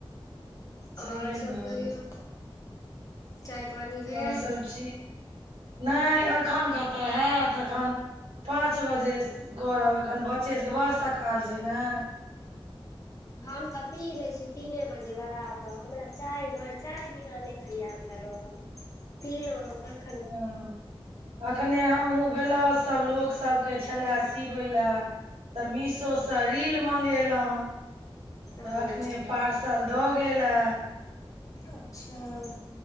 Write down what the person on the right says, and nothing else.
छैहे
ने
आर सभ ठीक, नेई एखन कतय हैत एखन- - पाँच बजे करब एखन बच्चे सभके बड़ सकाल छै ने
ह अखने हमहुँ ब्लाउज सब लोक सब के छले सिेबै- - लेय त मीशो स रील मंगेलौ
अखने पार्सल -- तल द गेले।